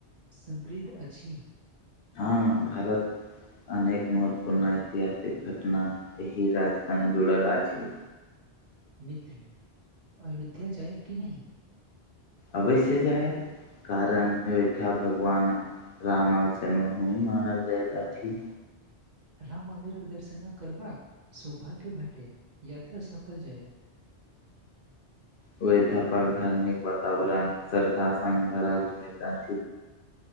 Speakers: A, on the right; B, on the left.
A: समृद्ध अछि
B: हँ भारत अनेक महत्वपूर्ण ऐतिहासिक घटना एहि राज्य संग जुड़ल अछि
A: मित्र अयोध्या जायब कि नहि
B: अवश्य जायब कारण अयोध्या भगवान राम जन्मभुमि मानल जायत अछि
A: राम मन्दिरक दर्शन करबाक सौभाग्य भेटैत यात्रा सफल जायत
B: ओ अध्यापक धार्मिक वातावरण श्रद्धास संग भरल रहैत